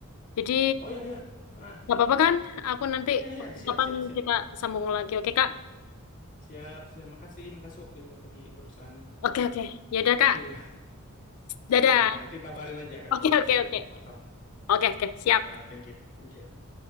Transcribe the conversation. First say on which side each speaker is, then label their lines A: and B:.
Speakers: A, on the left (about 70°); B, on the left (about 35°).
A: Jadi
B: Oh iya iya. Ah,
A: nggak apa-apa kan? Aku nanti
B: iya iya siap
A: kapan
B: siap siap.
A: kita sambung lagi. Oke Kak?
B: Siap, siap. Makasih, makasih waktunya tadi barusan.
A: Oke oke. Ya udah Kak.
B: <laughs> Iya.
A: Dadah.
B: Ya, nanti kabarin aja Kak
A: Oke
B: kalau
A: oke
B: misalnya
A: oke.
B: batal.
A: Oke oke siap.
B: Ya, thank you. Thank you.